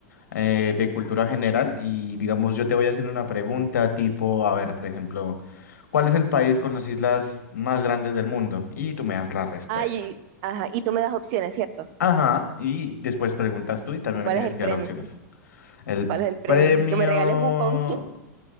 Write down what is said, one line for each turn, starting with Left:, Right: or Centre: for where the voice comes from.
Left: eh, de cultura general y digamos yo te voy haciendo una pregunta tipo, a ver, por ejemplo, ¿cuál es el país con las islas más grandes del mundo? Y tú me das la respuesta.
Right: Ay, ajá. Y tú me das opciones, ¿cierto?
Left: Ajá, y después preguntas tú y también
Right: ¿Cuál
Left: me tienes
Right: es el
Left: que
Right: premio?
Left: dar opciones. El
Right: ¿Cuál es el premio?
Left: premio.
Right: Que me regales Wukong.